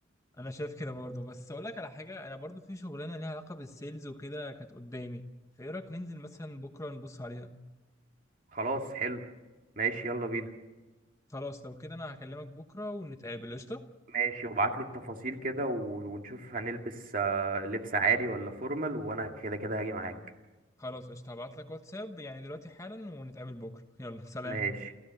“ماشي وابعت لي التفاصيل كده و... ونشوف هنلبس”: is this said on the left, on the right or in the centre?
Right